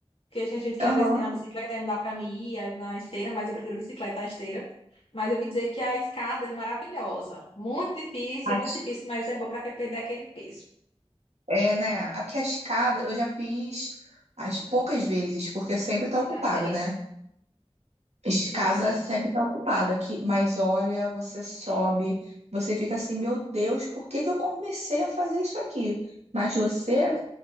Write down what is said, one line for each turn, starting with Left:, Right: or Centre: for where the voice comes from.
Left: Porque tem gente que
Right: Aham.
Left: às vezes tem na bicicleta, aí não dá pra me ir, aí na esteira, mas eu prefiro bicicleta à esteira. Mas eu ouvi dizer que a escada é maravilhosa. Muito difícil,
Right: As-
Left: muito difícil, mas é bom pra quem perder aquele peso.
Right: É, né? Ah, Porque a escada eu já fiz as poucas vezes, porque sempre tá ocupada,
Left: Já fez?
Right: né? Escada
Left: Nossa,
Right: sempre tá ocupada, que, mas olha, você sobe, você fica assim, meu Deus, por que que eu comecei a fazer isso aqui? Mas você,